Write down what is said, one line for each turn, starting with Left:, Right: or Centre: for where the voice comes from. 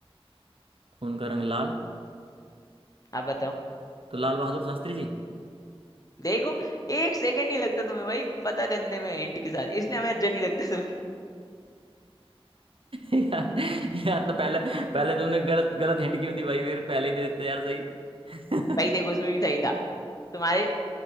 Right: खून का रंग लाल
Left: आप बताओ
Right: तो लाल बहादुर शास्त्री जी
Left: देखो एक सेकंड नहीं लगता तुम्हें भाई पता करने में हिंट के साथ इसलिए हमें अच्छा नहीं लगता तुम्हें
Right: यार यार तो पहले पहले तुमने गलत गलत हिंट क्यों दी भाई फिर पहले ही दे देते यार सही हम्म।
Left: <laughs> भाई देखो इसमें भी सही था तुम्हारे